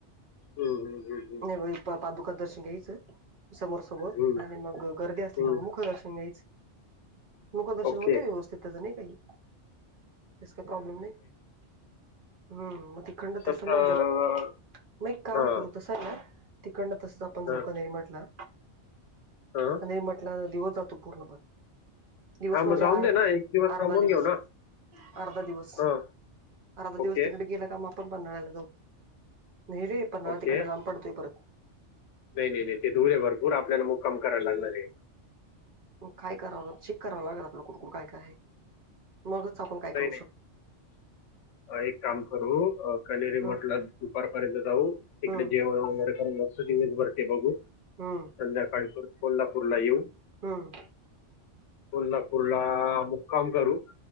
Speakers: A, on the left; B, on the right.
A: हम्म, हम्म, हम्म,
B: नाही पा- पादुका दर्शन घ्यायचं समोर -समोर.
A: हम्म,
B: आणि मग गर्दी असली
A: हम्म.
B: का मग मुखदर्शन घ्यायच. मुखदर्शन
A: ओके
B: होतं व्यवस्थितचं नाही काही. स काही प्रॉब्लेम नाही, हम्म मग तिकडन
A: तसंच
B: तस
A: अं,
B: मग जा मग एक काम
A: हां
B: करू तसं का तिकडनं तसच आपण
A: हां
B: जावु कनेरी मठला.
A: हां
B: कनेरी मठला दिवस जातो पूर्णपण दिवस
A: हां
B: म्हणजे
A: मग जाऊन
B: आर
A: दे ना एक
B: अर्धा
A: थांबून
B: दिवस.
A: घेऊ ना
B: अर्ध दिवस,
A: हां
B: अर्ध दिवस
A: ओके
B: तिकडे गेला काम आपण पन्हाळ्याला जाऊ, नाही रे! पन्हाळा
A: ओके
B: तिकड लांब पडतोय परत.
A: नाही नाही नाही ते धुळे भरपूर आपल्याला मुक्काम करायला लागणार आहे.
B: मग काय करावं चेक करावं लागल आपला कुठ कुठ काय काय आहे. मगच आपण काय
A: नाही
B: करू
A: नाही
B: शकतो.
A: एक काम करू कनेरीमठला
B: हम्म
A: दुपारपर्यंत जाऊ. तिकडे
B: हम्म
A: जेवण वगैरे कर मस्त दिवस भरते बघू.
B: हम!
A: संध्याकाळीपरत कोल्हापूरला येऊ.
B: हाम.
A: कोल्हापूरला मुक्काम करू.